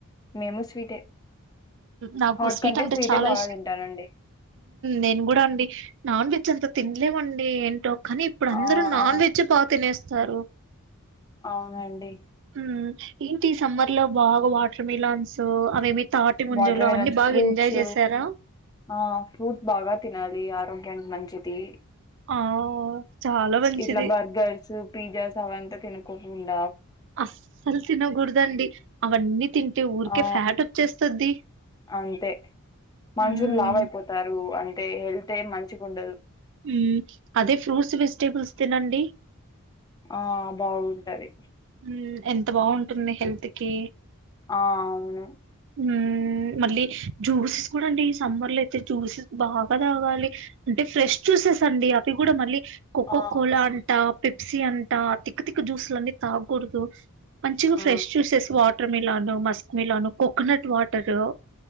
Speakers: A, on the left; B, on the right.
A: మేము స్వీటే
B: నాకు
A: హాట్
B: స్వీట్
A: కంటే
B: అంటే
A: స్వీటే
B: చాలా
A: బాగా
B: ఇష్టం
A: తింటానండి
B: నేను కూడా అండి నాన్ విత్ ంత తినలేమండి ఏంటో కానీ ఇప్పుడు అందరుూ
A: ఆ
B: నాన్
A: ఆ
B: వెజ్ ప పాతతేనేస్త సరువు
A: అవునండి
B: ఉమ్ ఏంటి ఈ సమ్మర్ లో బాగా వాటర్ మిలాన్స్ అవేమి తాటి ముంజలు
A: వాటర్ మిలన్స్
B: అవన్నీ బాగా
A: ఫ్రూట్స్
B: ఎంజాయ్ చేసారా
A: ఆ ఫ్రూట్స్ బాగా తినాలి ఆరో గ్యానికి మంచిది
B: ఆ చాలా మంచిది
A: ఇట్లా బర్గర్స్ పిజాస్ అవంత తినకోకుండ
B: అస్సలు తినో గుర్దండి అవన్నీ తింటే ఊరికే
A: ఆ
B: ఫ్యాట్ వచ్చేస్తది
A: అంతే మనుషులు
B: మ్మ్
A: లావయిపోతారు అం తే హళ్తే ఏం మంచిగుండదు
B: ఊమ్ అదే ఫ్రూట్స్ వెజిటేబుల్స్ తినండి
A: ఆ బాగుంటది
B: ఊమ్ ఎంత బాగుంటుంది హెల్త్ కి
A: ఆ అవును
B: ఉమ్ మళ్ళీ జ్యూసెస్ కూడా అండి ఈ సమ్మర్ లో అయితే జ్యూసెస్ బాగా తాగాలి అంటే ఫ్రెష్ జ్యూసెస్ అండి అవి కూడా మళ్ళీ కోక్క
A: ఆ
B: కోలా అంట పి పప్స అంటా తిక్క తిక్క్క జ్యూస్లన్నీ తాకూడదు మంచిగా
A: ఆ
B: ఫ్రెష్ చూసె వా water melon Musk melon coconut water